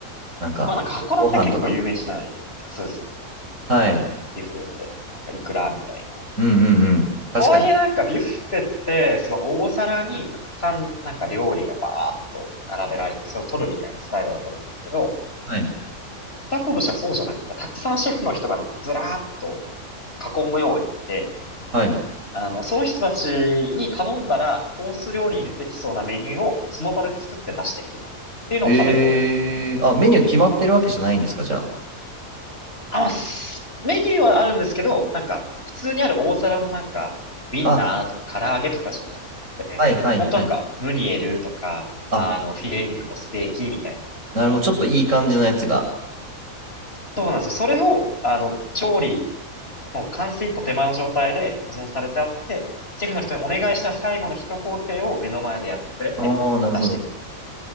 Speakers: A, on the right; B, on the left.
A: なんか、
B: まあなんか函館結構有名じゃないですか。
A: ご、ご飯とか。
B: そうです、そうです。
A: はい。
B: ビュッフェって。なんかイクラみたいな。
A: うんうんうん。確かに。
B: とはいえなんかビュッフェってすごい大皿にたくさんなんか料理がバーッと並べられてそれを取るみたいなスタイルだと思うんですけど、
A: はい。
B: 北こぶしはそうじゃなくてたくさんシェフの人がずらーっとなんか囲むようにいて、
A: はい。
B: あの、その人たちに頼んだらコース料理に出てきそうなメニューをその場で作って出してくれるっていうのを食べ放題。
A: えー、あ、メニュー決まってるわけじゃないんですか、じゃ
B: あ、すメニューはあるんですけど、なんか、普通にある大皿のなんか、ウィンナーとか唐揚げとかじゃなくて、
A: あ。あ、はいはいはい。
B: 本当なんか、ムニエルとか、
A: あ、
B: あの、フィレ肉のステーキみたいな。
A: なるほど。ちょっといい感じのやつが。
B: そうなんですよ。それを、あの、調理、もう完成一歩手前の状態で保存されてあって、シェフの人にお願いした最後の一工程を目の前でやってくれて、
A: あー、なるほど。
B: 出してくれる